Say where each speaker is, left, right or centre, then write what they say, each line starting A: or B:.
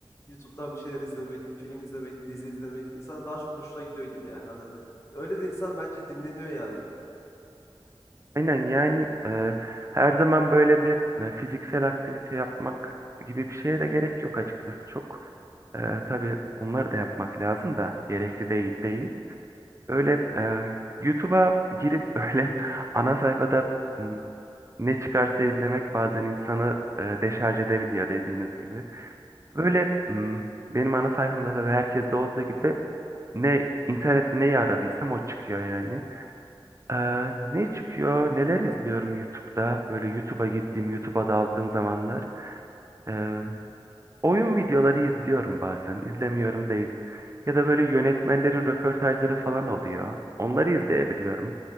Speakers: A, on the left; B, on the right.
A: YouTube'dan bir şeyler izlemek, film izlemek, dizi izlemek insana daha çok hoşuna gidiyor gibi yani. Hani Öyle de insan bence dinleniyor yani.
B: Aynen yani e, her zaman böyle bir e, fiziksel aktivite yapmak gibi bir şeye de gerek yok açıkçası. Çok e, tabii onları da yapmak lazım da gerekli değil değil. Öyle e, YouTube'a girip <laughs> öyle ana sayfada m, ne çıkarsa izlemek bazen insanı e, deşarj edebiliyor dediğiniz gibi. Böyle m, benim ana sayfamda tabii herkeste olduğu gibi ne internette neyi aradıysam o çıkıyor yani. Ee, ne çıkıyor? Neler izliyorum YouTube'da? Böyle YouTube'a gittiğim, YouTube'a daldığım zamanlar. e, oyun videoları izliyorum bazen. İzlemiyorum değil. Ya da böyle yönetmenlerin röportajları falan oluyor. Onları izleyebiliyorum.